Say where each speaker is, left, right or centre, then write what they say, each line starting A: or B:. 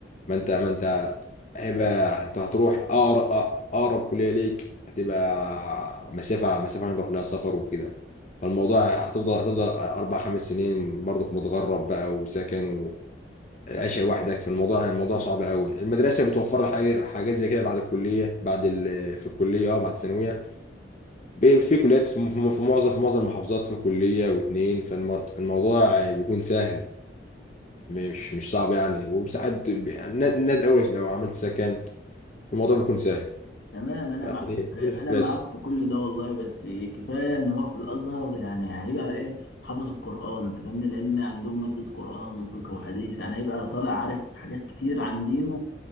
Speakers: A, on the left (about 40°); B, on the left (about 80°).
A: ما انت ما انت هيبقى هت- هتروح اقرب اقرب كليه ليك هتبقى مسافه مسافه هنروح لها سفر وكده فالموضوع هتفضل هتفضل اربع خمس سنين برضك متغرب بقى وسكن العيشة لوحدك في الموضوع الموضوع صعب قوي المدرسة بتوفر لك حاجة حاجات زي كده بعد الكلية بعد ال... في الكلية اه بعد الثانوية بي- في كليات في في- في معظم في معظم المحافظات في كلية واتنين فالموضوع بيكون سهل مش مش صعب يعني وساعات ب- نا- نادر قوي لو عملت سكن الموضوع بيكون سهل
B: تمام انا
A: يعني
B: معاك انا
A: هنا في الكلاسيك
B: معاك في كل ده والله بس كفايه ان هو في الازهر يعني هيبقى ايه حافظ القران انت فاهمني لان عندهم ماده قران وفقه وحديث يعني هيبقى طالع عارف حاجات كتير عن دينه